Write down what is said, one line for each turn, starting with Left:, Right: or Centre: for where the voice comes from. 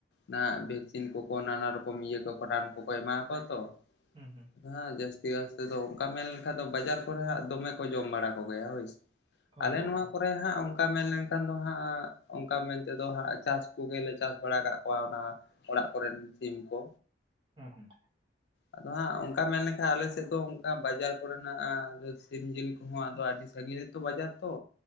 Left: ᱱᱟ ᱵᱷᱮᱠᱥᱤᱱ ᱠᱚᱠᱚ ᱱᱟᱱᱟ ᱨᱚᱠᱚᱢ ᱤᱭᱟᱹ ᱠᱚᱠᱚ ᱨᱟᱱ ᱠᱚᱠᱚ ᱮᱢᱟ ᱠᱚᱣᱟ ᱛᱚ
Right: ᱦᱩᱸ ᱦᱩᱸ
Left: ᱦᱮᱸ ᱡᱟᱹᱥᱛᱤ ᱠᱥᱛᱮ ᱫᱚ ᱚᱱᱠᱟ ᱢᱮᱱ ᱞᱮᱠᱷᱟᱱ ᱫᱚ ᱵᱟᱡᱟᱨ ᱠᱚᱨᱮ ᱦᱜ ᱫᱚᱢᱮ ᱠᱚ ᱡᱚᱢ ᱵᱟᱲᱟ ᱠᱚᱜᱮᱭᱟ ᱦᱳᱭᱥᱮ
Right: ᱦᱳᱭ
Left: ᱟᱞᱮ
Right: ᱜᱚᱝᱠᱮ
Left: ᱱᱚᱣᱟ ᱠᱚ ᱛᱟᱯᱚᱨᱮ ᱦᱟᱸᱜ ᱚᱱᱠᱟ ᱢᱮᱱᱞᱱᱠᱷᱟᱱ ᱫᱚ ᱦᱟᱸᱜ ᱚᱱᱠᱟ ᱢᱮᱱᱛᱮᱫᱚ ᱦᱟᱸᱜ ᱪᱟᱥ ᱠᱚᱜᱮᱞᱮ ᱪᱟᱥ ᱵᱟᱲᱟ ᱠᱟᱜ ᱠᱚᱣᱟ ᱚᱱᱟ ᱚᱲᱟᱜ ᱠᱚᱨᱮᱱ ᱥᱤᱢ ᱠᱚ
Right: ᱦᱩᱸ ᱦᱩᱸ
Left: ᱟᱫᱚ ᱦᱟᱸᱜ ᱚᱱᱠᱟ ᱢᱮᱱ ᱞᱮᱠᱷᱟ ᱟᱞᱮ ᱥᱮᱫ ᱫᱚ ᱚᱱᱠᱟ ᱵᱟᱡᱟᱨ ᱠᱚᱨᱮᱱᱟᱜ ᱟᱫᱚ ᱥᱤᱢ ᱡᱤᱞ ᱠᱚᱦᱚᱸ ᱟᱫᱚ ᱟᱹᱰᱤ ᱥᱟᱺᱜᱤᱧ ᱨᱮ ᱚ ᱵᱟᱡᱟᱨ ᱛᱚ